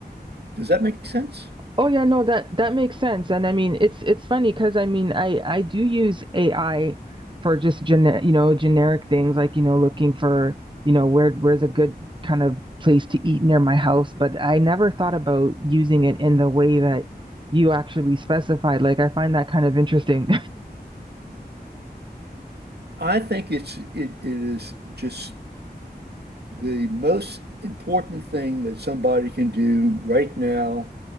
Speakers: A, on the right; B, on the right.
A: Does that make sense?
B: Oh yeah, no, that that makes sense. And I mean, it's it's funny because I mean, I I do use AI for just gene you know, generic things like, you know, looking for, you know, where where's a good kind of place to eat near my house, but I never thought about using it in the way that you actually specified. Like, I find that kind of interesting.
A: I think it's it, it is just the most important thing that somebody can do right now